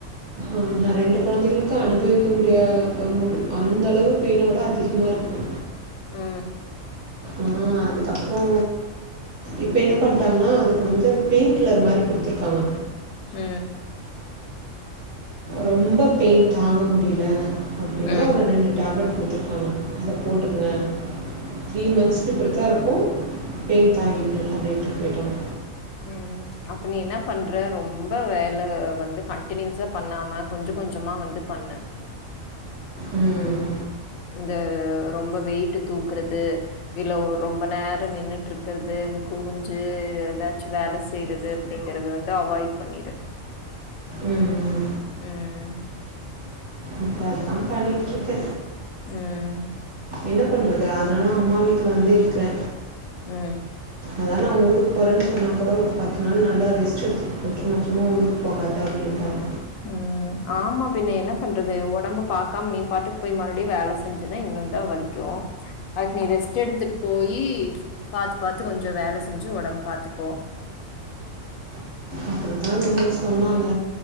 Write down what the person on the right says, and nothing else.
ஆ நா ரெண்டு கொழந்தைகளுக்கு அனுபவிக்க முடியா அம்மொன்ட்டு அந்தளவு பெயினோட அதிகமாக இருக்கு
உம் அதுக்கப்புறோ இப்ப என்ன பண்ணிட்டாங்கென்னா அதுக்கு வந்து பெயிண் கில்லர் மாரி குடுத்துருக்காங்க
ரொம்ப பெயின் தாங்க முடியில அப்டின்னா
ஒரு ரெண்டு டேப்லெட் குடுத்துருக்காங்க அத போட்டுங்க த்ரீ மந்ஸ்க்கு இப்டித்தா இருக்கு பெயின் தாங்கிட்டு அப்டின்ட்டு போய்டிட்டாங்க
உம் ம்
ம்
இப்ப அதா பண்ணிட்டு இருக்கே
என்ன பண்டறது அதனால தா அம்மா வீட்டுல வந்து இருக்கறே
அதா நா ஊருக்கு போறேன்னு சொன்னா கூட ஒரு பத்து நாள் நல்லா ரெஸ்ட் எடுத் தேக்னா சும்மா ஊருக்கு போகாத அப்ட்டின்டாங்க
அப்டித்தா இவுங்கலு சொன்னாங்க